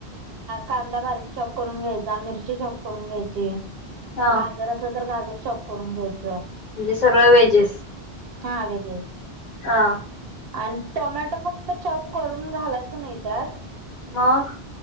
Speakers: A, on the right; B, on the left.
A: कांदा बारीक चॉप करून घ्यायचा मिरची. मिरची चॉप करून घ्यायची,
B: हा
A: गाजर असले तर गाजर. चॉप करून घ्यायच.
B: म्हणजे सगळं व्हेजेस.
A: हा व्हेजेस.
B: हा.
A: आणि टोमॅटो फक्त चॉप करून घालायचं नाही. त्यात.
B: मग.